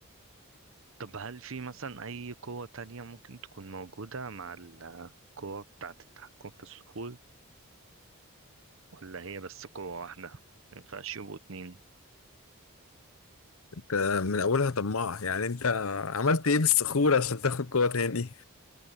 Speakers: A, on the right; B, on the left.
A: طب هل في مثلا أي قوة تانية ممكن تكون موجودة مع القوة بتاعة التحكم في الصخور ولا هي بس قوة واحدة؟ مينفعش يبقوا اتنين
B: ده من أولها طماع يعني أنت عملت إيه بالصخور عشان تاخد قوة تاني؟